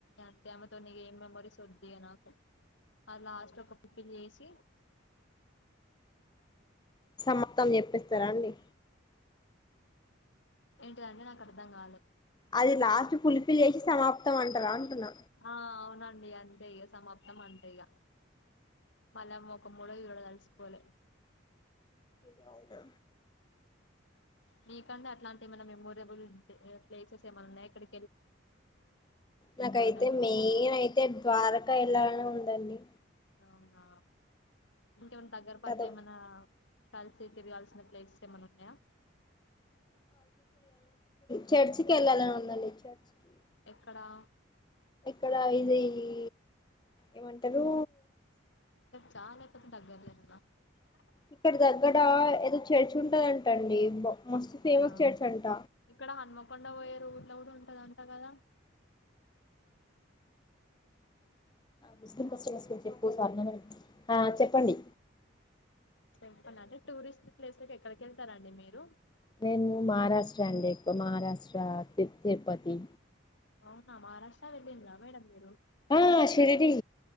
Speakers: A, on the left; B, on the left.
A: అంతే ఆమెతోటి ఏం మెమరీస్ ఉంటాయి నాకు అ లాస్ట్ లో ఒక ఫుఫిల్ చేసి
B: సమత్తం చెప్పిస్తారా అండి
A: ఏంటిదండి నాకు అర్థం కాలే
B: అది లాస్ట్ పులిపి లే వేసి సమాప్తం అంటారా అంటున్నా
A: ఆ అవునండి అంతే ఇక సమాప్తం అంతే ఇక మళ్ళా ముఖం కూడా చూడదల్సుకోలే
B: డౌటా
A: మీకంటే అట్లాంటి ఏమన్న మెమోరబుల్ ప్లేసెస్ ఏమన్న ఉన్నాయా ఇక్కడి
B: నాకైతే
A: తోటని
B: మెయిన్ అయితే ద్వారకా ఎల్లాలనే ఉ దండి
A: అవునా ఇంకేమన్న దగ్గర పట్ల
B: అదొ
A: ఏమన్నా కలిసి తిరగాల్సిన ప్లేసెస్ ఏమన్నా ఉన్నాయా
B: చర్చ్కి వెళ్ళాలని ఉందండి చర్చ్ కి
A: ఎక్కడా
B: ఇక్కడ ఇది ఈ ఏమంటారు
A: చాలా <unintelligible>
B: ఇక్కడ దగ్గడా ఏదో చర్చ్ ఉం టదంట అండి మ ముస్లిం
A: అవునా
B: చర్చ్ అంట
A: ఇక్కడ హన్మకొండ <unintelligible> ఉంటదంట కదా
B: ముస్లిం ముస్లిం ఎక్కువ <unintelligible> ఆ చెప్పండి
A: <unintelligible> టూరిస్ట్ ప్లేసెస్ కి ఎక్కడికి వెళ్తారండి మీరు
B: నేను మహారాష్ట్ర అండి ఎక్కువ. మహారాష్ట్ర తిరుపతి
A: అవునా మహారాష్ట్ర వెళ్ళిండ్రా మేడం మీరు
B: ఆ శిరిడీ